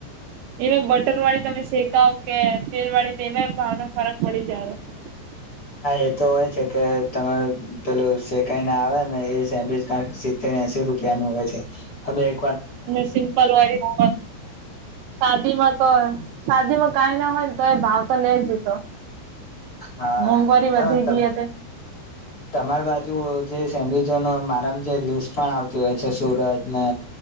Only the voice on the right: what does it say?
એમાં બટર વાળી તમે શેકાવ કે તેલ વાળી, તેમાં ભાવનો ફરક પડી જાયે. હા
અને સિમ્પલ વાળી હો શાદીમાં તો શાદીમાં કઈ ના હોય તો એ ભાવ તો લઈ જતો
મોંઘવારી વધી
ગઈ તે